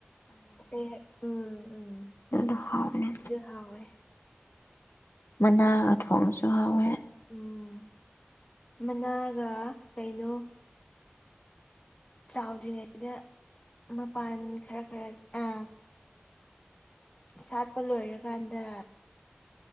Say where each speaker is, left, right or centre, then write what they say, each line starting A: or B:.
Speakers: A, on the left; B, on the left.
A: ꯑꯩ ꯎꯝ ꯎꯝ
B: ꯑꯗꯨꯗ ꯍꯥꯎꯅ
A: ꯈꯥꯎꯋꯦ
B: ꯃꯅꯥ ꯊꯣꯡꯕꯁꯨ ꯍꯥꯎꯋꯦ
A: ꯎꯝ ꯃꯅꯥꯒ ꯀꯩꯅꯣ ꯆꯥꯎꯗ꯭ꯔꯤꯉꯩꯗ ꯃꯄꯥꯟ ꯈꯔ ꯈꯔ ꯑꯥ ꯁꯥꯠꯄ ꯂꯣꯏꯔꯀꯥꯟꯗ